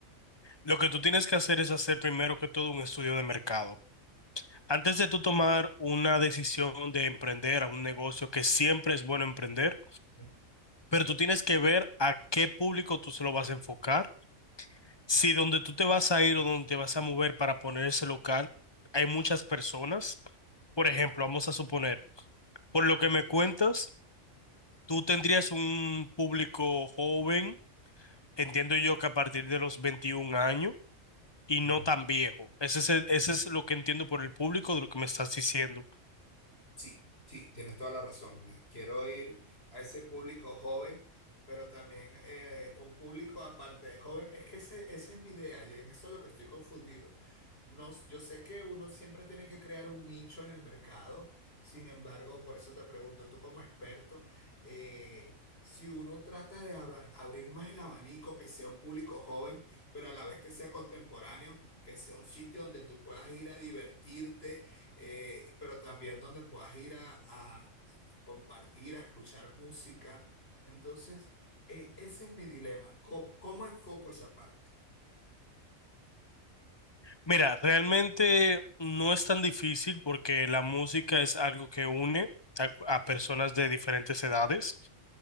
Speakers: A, on the left; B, on the left.
A: lo que tú tienes que hacer es hacer primero que todo un estudio de mercado. Antes de tú tomar una decisión de emprender a un negocio que siempre es bueno emprender,
B: <laughs>
A: pero tú tienes que ver a qué público tú se lo vas a enfocar Si donde tú te vas a ir o donde te vas a mover para poner ese local, hay muchas personas. Por ejemplo, vamos a suponer, por lo que me cuentas, tú tendrías un público joven, entiendo yo que a partir de los veintiún años y
B: Ujú.
A: no tan viejo. Ese es el- ese es lo que entiendo por el público de lo que me estás diciendo.
B: Sí, sí, tienes toda la razón. Quiero ir a ese público joven, pero también eh, un público aparte de joven. Es que ese, esa es mi idea y en eso es lo que estoy confundido. No, s- yo sé que uno siempre tiene que crear un nicho en el mercado, sin embargo, por eso te pregunto, tú como experto, eh, si uno trata de abra- abrir más el abanico, que sea un público joven, pero a la vez que sea contemporáneo, que sea un sitio donde tú puedas ir a divertirte eh, pero también donde puedas ir a, a compartir, a escuchar música. Entonces, eh, ese es mi dilema. ¿Cómo, cómo enfoco esa parte?
A: Mira, realmente no es tan difícil porque la música es algo que une a, a personas de diferentes edades.